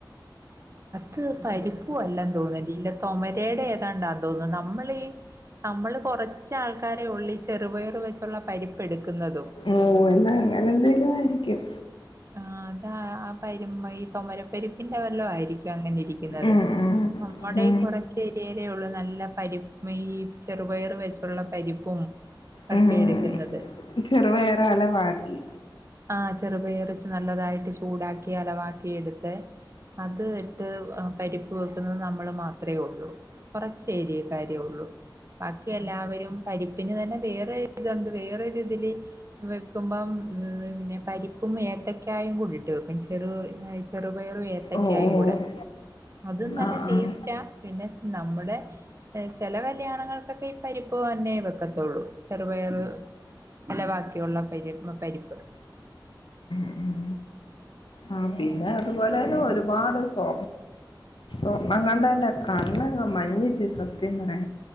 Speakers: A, on the right (about 35°); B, on the left (about 90°).
A: ത് പരിപ്പും അല്ലം തോന്ന രീല തൊമരേടെ ഏതാണ്ടാന്ന് തോന്നുന്നു നമ്മളീ നമ്മള് കുറച്ച ആൾക്കാരെ ഉള്ളി ചെറുപയറ് വെച്ചുള്ള പരിപ്പ് എടുക്കുന്നതും
B: ഓ
A: ഉം
B: എന്നാ അങ്ങനെ എന്തേലും ആയിരിക്കും
A: ആഹ് താ ആ പരുമയ് തൊമ പരിപ്പിന്റെ വല്ലോം ആയിരിക്കു അങ്ങനെരി കുന്നത്.
B: ഉം ഉം
A: അമ്മടെ
B: ഉം
A: കുറച്ച് ഏരിയേല് ഉള്ളു നല്ല പരിപ്പ് മീ ചെറുപയർ വെച്ചുള്ള പരിപ്പും തട്ടി
B: ഉം
A: എടുക്കുന്നത്
B: ചെറുപയറാല വാട്ടി
A: ആ ചെറുപയർ വച്ച് നല്ലതായിട്ട് ചൂടാക്കി അലവാക്കിയെട്ത് അത് ഇത്ത് ത് വ് ആം പരിപ്പ് വെക്കുന്നത് നമ്മള് മാത്രേ ഒള്ളു. കുറച്ച് ഏരിയക്കാരെഉള്ളു. ഭാക്കി എല്ലാവരും പരിപ്പ് ന് തന്നെ വേറെ ഇത് ഉണ്ട് വേറെ ഒരു ഇതില് വെകുമ്പോ പിന്നെ പരിപ്പും വേ ത്തക്കായീം കുടിട്ട് വെക്കും. ചെറു വേ ചെറുപയറും എത്ത
B: ഓഹ്
A: കായയും
B: ഓഹ്
A: കൂടെ അതും നല്ല
B: ആഹ് ആഹ്
A: ട്ടേസ്റ്റാ. പിന്നെ നമ്മുടെ എ ചേല കല്യണ ങ്ങൾക്ക്ഓക്കെ പരിപ്പ് വന്നേവെക്കത്തുള്ളൂ. ചെറുപയർ നല്ല ബാക്കിയുള്ള പരിപ്പും പരിപ്പും
B: ഉം ആ പിന്നെ അതുപോലെന്നെ ഒരു പാട് സോ ഓ അങ്ങട്ടെ നെ കണ്ണങ്‌ മഞച്ചി സത്യ ങ്ങന്നെ